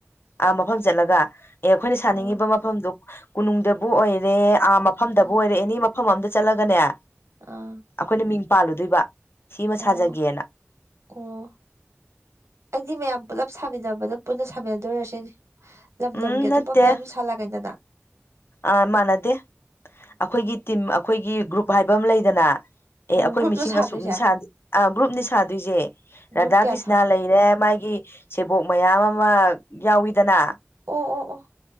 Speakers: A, on the left; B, on the right.
A: ꯑ ꯃꯐꯝ ꯆꯠꯂꯒ ꯑꯦ ꯑꯩꯈꯣꯏꯅ ꯁꯥꯅꯤꯡꯉꯤꯕ
B: ꯑꯣ
A: ꯃꯐꯝꯗꯨꯣ ꯀꯣꯅꯨꯡꯗꯕꯨ ꯑꯣꯏꯔꯦ ꯑꯥ ꯃꯐꯝꯗꯕꯨ
B: ꯎꯝ
A: ꯑꯣꯏꯔꯦ ꯑꯦꯅꯤ ꯃꯐꯝ ꯑꯝꯗ ꯆꯠꯂꯒꯅꯦ ꯑꯩꯈꯣꯏꯅ
B: ꯑꯥ
A: ꯃꯤꯡ ꯄꯥꯜꯂꯨꯗꯣꯏꯕ ꯁꯤꯃ
B: ꯑꯣ
A: ꯁꯥꯖꯒꯦꯅ
B: ꯑꯣ ꯑꯩꯗꯤ ꯃꯌꯥꯝ ꯄꯨꯂꯞ ꯁꯥꯃꯤꯟꯅꯕꯗ ꯄꯨꯟꯅ ꯁꯥꯃꯤꯟꯅꯗꯣꯏꯔꯁꯅꯦ ꯂꯝ
A: ꯎꯝ
B: ꯂꯝꯒꯤ
A: ꯅꯠꯇꯦ
B: ꯑꯇꯣꯞꯄ ꯃꯌꯥꯝꯁꯨ ꯁꯥꯠꯂꯛꯑꯀꯥꯏꯗꯅ
A: ꯑ ꯃꯥꯟꯅꯗꯦ ꯑꯩꯈꯣꯏꯒꯤ ꯇꯤꯝ ꯑꯩꯈꯣꯏꯒꯤ ꯒ꯭ꯔꯨꯞ ꯍꯥꯏꯕ ꯑꯃ ꯂꯩꯗꯅ ꯑꯦ
B: ꯑꯣ
A: ꯑꯩꯈꯣꯏ
B: ꯒ꯭ꯔꯨꯞꯂꯣ
A: ꯃꯤꯆ
B: ꯁꯥꯗꯣꯏꯁꯦ
A: ꯑꯁꯨꯛꯅꯤ ꯁꯥꯗ ꯑꯥ ꯒ꯭ꯔꯨꯞꯅꯤ ꯁꯥꯗꯣꯏꯁꯦ ꯔꯥꯙꯥ
B: ꯒ꯭ꯔꯨꯞ ꯀꯌꯥ
A: ꯀ꯭ꯔꯤꯁꯅꯥ
B: ꯁꯥ
A: ꯂꯩꯔꯦ ꯃꯥꯒꯤ ꯁꯦꯕꯣꯛ ꯃꯌꯥꯝ ꯑꯃ ꯌꯥꯎꯋꯤꯗꯅ
B: ꯎ ꯑꯣ ꯑꯣ